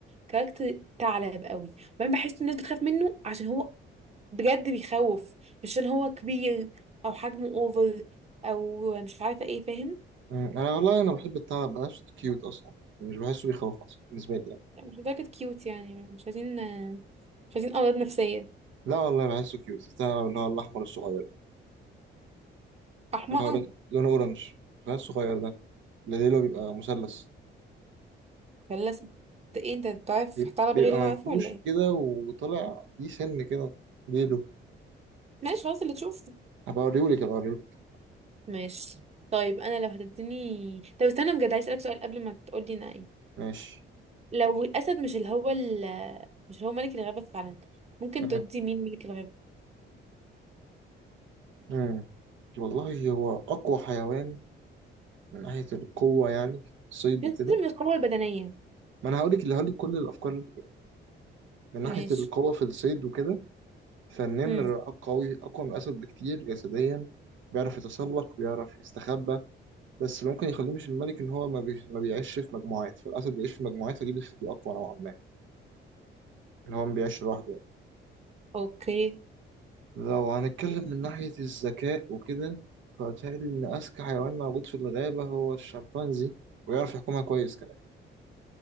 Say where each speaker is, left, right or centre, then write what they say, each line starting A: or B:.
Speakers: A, on the right; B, on the right.
A: كاركتر ثعلب قوي وبعدين بحس الناس بتخاف منه عشان هو بجد بيخوف مش عشان هو كبير او حجمه اوفر او مش عارفه ايه فاهم
B: مم. انا والله انا بحب الثعلب بحسه كيوت اصلا مش بحسه بيخوف اصلا بالنسبه لي يعني
A: يعني مش لدرجه كيوت يعني مش عايزين مش عايزين امراض نفسيه
B: لا والله بحسه كيوت الثعلب اللي هو الاحمر الصغير ده
A: احمر
B: اللي هو لون- لونه اورنج فاهم الصغير ده اللي ليله بيبقى مثلث
A: خلاص ده ايه انت بتعرف
B: بيب-
A: ثعلب
B: بيبقى
A: غير اللي
B: منفوش
A: انا عارفه ولا ايه
B: كده وطلع دي سن كده ليله
A: ماشي خلاص اللي تشوفه
B: هبقى اوريهولك هبقى اوريهولك
A: ماشي طيب انا لو هتديني طب استنى بجد عايز اسالك سؤال قبل ما تقولي انا ايه.
B: ماشي
A: لو الأسد مش اللي هو ال- مش اللي هو ملك الغابة فعلا ممكن
B: آه.
A: تدي مين ملك الغابة
B: مم. والله هو اقوى حيوان من ناحية القوة يعني في الصيد
A: لازم
B: وكده
A: القوة البدنية
B: ما انا هقولك اللي هقولك كل الافكار اللي في بالي. من ناحية
A: ماشي
B: القوة في الصيد وكده فالنمر
A: هم.
B: أق- قوي اقوى من الاسد بكتير جسديا بيعرف يتسلق بيعرف يستخبى بس اللي ممكن يخليه مش الملك ان هو ما, بي... ما بيعيش في مجموعات فالاسد بيعيش في مجموعات فدي بتخليه اقوى نوعا ما اللي هو ما بيعيش لوحده
A: اوكي
B: لو هنتكلم من ناحية الذكاء وكده فبتهيألي إن أذكى حيوان موجود في الغابة هو الشمبانزي ويعرف يحكمها كويس كمان